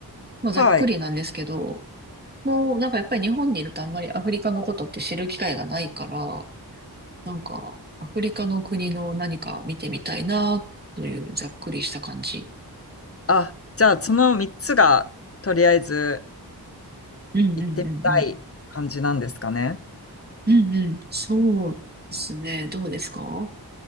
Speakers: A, on the right; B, on the left.
A: まあ、
B: はい。
A: ざっくりなんですけど、もうなんかやっぱり日本にいるとあんまりアフリカのことって知る機会がないから、なんかアフリカの国の何か見てみたいなというざっくりした感じ。
B: あ、じゃあ、その3つが、とりあえず、
A: うんうんうんうん。
B: 行ってみたい感じなんですかね。
A: うんうん。そうですね。どうですか